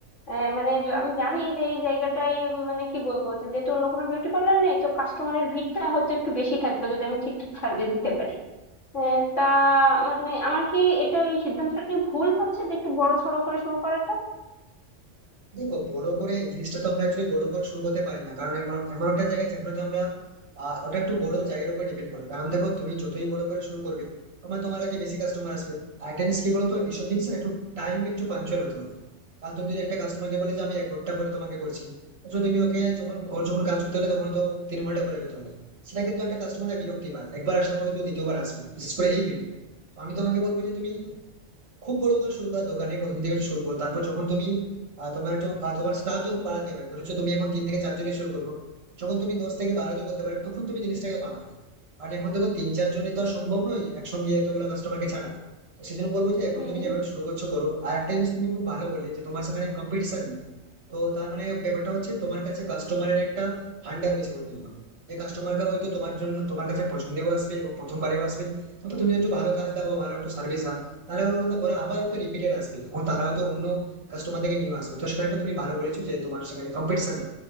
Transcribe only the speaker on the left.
আহ, মানে য- আমি জানি যে এই জায়গাটাই উম, মানে কি বলবো যে যেহেতু অন্য কোনো বিউটি পার্লার নেই তো কাস্টমারের ভিড়টা হয়তো একটু বেশি থাকবে যদি আমি ঠিকঠাক সার্ভিস দিতে পারি আহ, তা মানে আমার কি এটা এই সিদ্ধান্তটা কি ভুল হচ্ছে যে একটু বড় সড়ো করে শুরু করাটা
হুম